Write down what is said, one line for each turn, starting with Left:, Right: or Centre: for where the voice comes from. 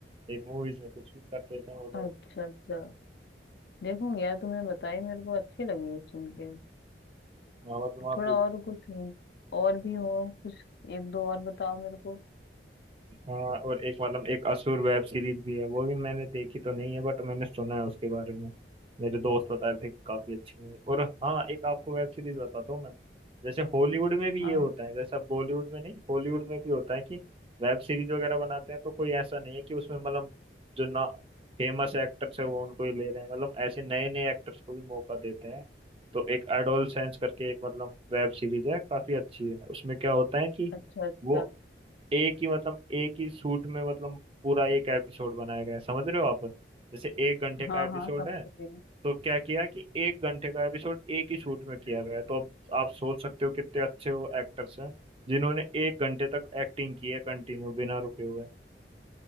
Right: इन मूवीज में कुछ भी कर देते हैं वो लोग
Left: अच्छा अच्छा देखूंगी यार तुमने बताई मेरे को अच्छी लगी है सुन के
Right: हाँ, मतलब आप
Left: थोड़ा और कुछ और भी हो कुछ एक दो और बताओ मेरे को
Right: हाँ और एक मतलब एक असुर वेब सीरीज भी है वो भी मैंने देखी तो नहीं है बट मैंने सुना है उसके बारे में मेरे दोस्त बता रहे थे कि काफी अच्छी है और हाँ एक आपको वेब सीरीज बताता हूँ मैं जैसे हॉलीवुड में भी
Left: हाँ
Right: ये होता है जैसा बॉलीवुड में नहीं हॉलीवुड में भी होता है कि वेब सीरीज वगैरह बनाते हैं तो कोई ऐसा नहीं है कि उसमें मतलब जो ना फेमस एक्टर्स है वो उनको ही ले रहे हैं मतलब ऐसे नए नए एक्टर्स को भी मौका देते हैं तो एक एडोलसेंस करके एक मतलब वेब सीरीज है काफी अच्छी है उसमें क्या होता है कि
Left: अच्छा अच्छा
Right: वो एक ही मतलब एक ही शूट में मतलब पूरा एक एपिसोड बनाया गया है समझ रहे हो आप जैसे एक घंटे का
Left: हाँ
Right: एपिसोड
Left: हाँ समझ
Right: है
Left: रही हूँ
Right: तो क्या किया कि एक घंटे का एपिसोड एक ही शूट में किया गया है तो अब आप सोच सकते हो कितने अच्छे वो एक्टर्स हैं जिन्होंने एक घंटे तक एक्टिंग की है कंटिन्यू बिना रुके हुए